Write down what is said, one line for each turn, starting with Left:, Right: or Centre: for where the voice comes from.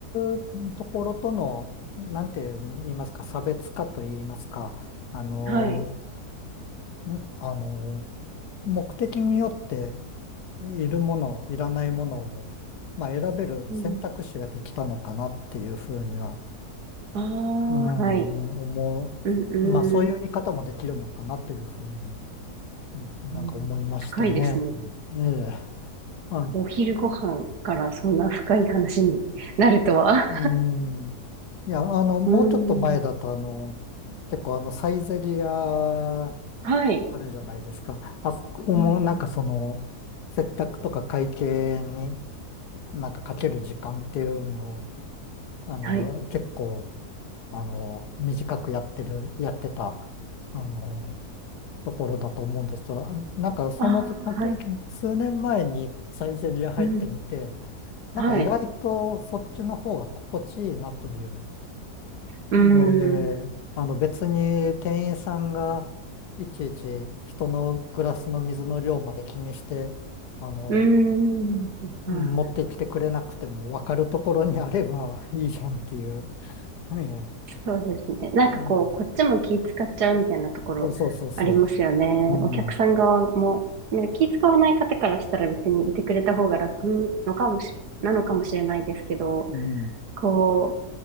Left: いうところとの、なんて言いますか、差別化と言いますか、あの、
Right: はい。
Left: んあの、目的によっているもの、いらないものを、まあ、選べる選択肢ができたのかなっていうふうには
Right: うん、ああ、
Left: うん、
Right: はい。
Left: 思う。
Right: うん、
Left: まあ、そういう言い方もできるのかなというふうに、
Right: うん、
Left: うん、なんか思いましたね。
Right: うん。深いですね。
Left: うんええ、はい。
Right: お昼ご飯からそんな深い話になるとは。
Left: うん。いや、あの、もうちょっと前だと、
Right: <laughs> うん。
Left: あの、結構あの、サイゼリアあ
Right: はい。
Left: るじゃないですか。あそこもなんかその、
Right: うん、うん。
Left: 接客とか会計になんかかける時間っていうのを、あの、
Right: はい。
Left: 結構、あの、短くやってる、やってた、あの、ところだと思うんですよなんかその時、
Right: ああ、はい。
Left: 数年前にサイゼリヤ入ってみて、
Right: うん。
Left: なんか意外とそっちの方が心地いいなという、
Right: はい。うん。
Left: えーあの別に店員さんがいちいち人のグラスの水の量まで気にして、あの、
Right: うん。はい。
Left: うん持ってきてくれなくても分かるところにあれば <laughs> いいじゃんっていう。うん
Right: そうですね。なんかこう、
Left: うん
Right: こっちも気使っちゃうみたいなところありますよね。
Left: そうそうそうそう。うん。
Right: お客さん側も、なんか気使わない方からしたら別にいてくれた方が楽のかもしれ、なのかもしれないですけど、
Left: うん。
Right: こ